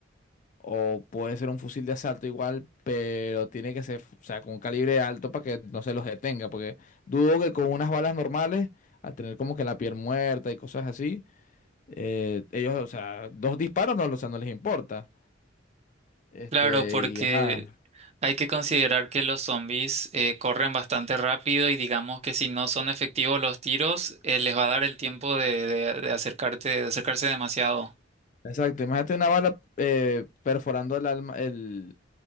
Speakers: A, on the left; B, on the right.
A: o puede ser un fusil de asalto igual, pero tiene que ser, o sea, con un calibre alto para que no se los detenga, porque dudo que con unas balas normales, al tener como que la piel muerta y cosas así, eh, ellos, o sea, dos disparos no, o sea, no les importa. Este,
B: Claro, porque
A: y ajá,
B: hay que considerar que los zombies eh, corren bastante rápido y digamos que si no son efectivos los tiros, eh, les va a dar el tiempo de, de- de acercarte, de acercarse demasiado.
A: exacto, imagínate una bala eh, perforando el alma, el,